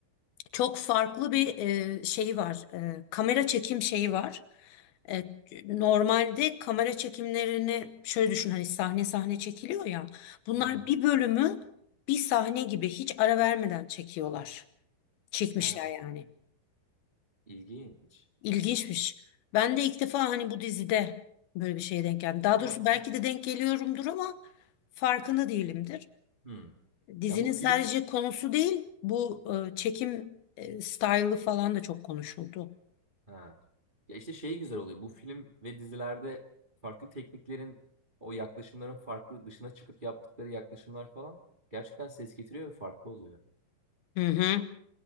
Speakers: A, on the left; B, on the right.
A: çok farklı bir e, şeyi var. E, kamera çekim şeyi var. E, normalde kamera çekimlerini şöyle düşün hani sahne sahne çekiliyor ya. Bunlar
B: Hı hı.
A: bir bölümü bir sahne gibi hiç ara vermeden çekiyorlar. Çekmişler
B: Ha,
A: yani.
B: ilginç.
A: İlginçmiş. Ben de ilk defa hani bu dizide böyle bir şeye denk geldim. Daha
B: Ya
A: doğrusu
B: film.
A: belki de denk geliyorumdur ama farkında değilimdir.
B: Hmm.
A: Dizinin
B: Ya bu film
A: sadece konusu değil, bu e, çekim e, style'ı falan da çok konuşuldu.
B: Ha. Ya işte şey güzel oluyor. Bu film ve dizilerde farklı tekniklerin, o yaklaşımların farklı dışına çıkıp yaptıkları yaklaşımlar falan gerçekten ses getiriyor ve farklı oluyor.
A: Hı hı.